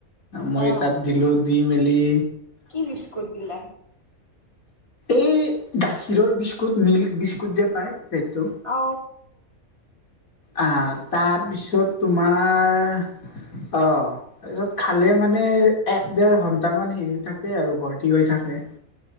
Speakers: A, on the left (about 80°); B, on the left (about 20°).
A: মই
B: অ
A: তাত দিলোঁ দি মেলি লি
B: কি বিস্কুত দিলা?
A: এই গাখীৰৰ বিস্কুট মিল্ক। বিস্কুট যে পায়। সেইটো
B: অ
A: আহ তাৰপিছত তোমাৰ অ তাৰপিছত খালে মানে, এক দেৰ ঘন্টামান হেৰি হৈ থাকে আৰু ভৰ্তি হৈ থাকে।